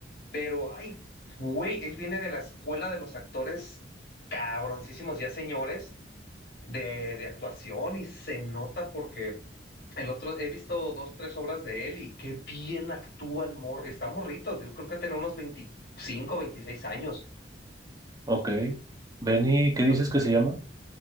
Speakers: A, on the left; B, on the right.
A: pero ay, güey, él viene de la escuela de los actores cabroncísimos ya señores de, de actuación y se nota porque El otro, he visto dos, tres obras de él y qué bien actúa el morro. Está morrito, yo creo que tiene unos 25 26 años.
B: Ok. Benny, ¿qué dices
A: ¿no?
B: que se llama?